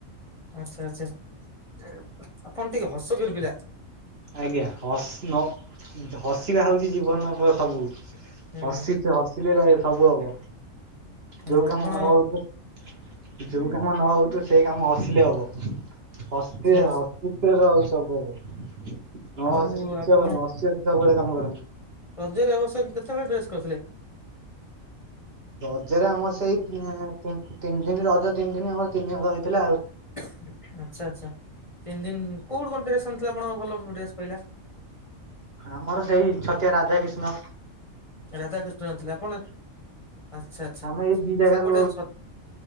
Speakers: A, on the left; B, on the right.
A: ଆଚ୍ଛା, ଆଚ୍ଛା ଆପଣ ଟିକେ ହସକୁର ପିଲା।
B: ଆଜ୍ଞା ହସ୍ ନ ହସିବା ହଉଛି ଜୀବନର ସବୁ
A: ହୁଁ
B: ହସିଚ ହସିଲେ ଭାଇ ସବୁ ହବ,
A: ଆଉ
B: ଯୋଉ କାମ
A: ଆପଣ
B: ନ ହଉଥିବ ଯୋଉ କାମ ନ ହଉଥିବ ସେ କାମ ହସିଲେ ହବ। ହସିଲେ
A: ଆଚ୍ଛା ଆଚ୍ଛା
B: ହସୁଥିବେ ତ ଆଉ ସବୁ ହବ। ନ
A: ଆଉ
B: ହସିଲେ କିଛି
A: ଆପଣ
B: ହବନି, ହସି ହସି ସବୁବେଳେ କାମ କରନ୍ତୁ।
A: ରଜରେ ଏବର୍ଷ କେତେ ହଳ ଡ୍ରେସ୍ କରିଥିଲେ?
B: ରଜରେ ଆମର ସେଇ, ତିନି ଦିନ ରଜ, ତିନି ଦିନ ଆମର ତିନି ହଳ ହେଇଥିଲା ଆଉ।
A: ଆଚ୍ଛା, ଆଚ୍ଛା ତିନି ଦିନ କୋଉଠି କଣ ଡ୍ରେସ ଆଣିଥିଲେ ଆପଣଙ୍କ ଭଲ ଡ୍ରେସ ପଇଲା।
B: ଆମର ସେଇ ଛତିଆ ରାଧା କିଷ୍ଣ।
A: ରାଧାକୃଷ୍ଣ ଆଣିଥିଲେ ଆପଣ କି ଆଚ୍ଛା, ଆଚ୍ଛା
B: ଆମେ ଏଇ ଦି ଜାଗାରୁ
A: ସେପଟେ ଛ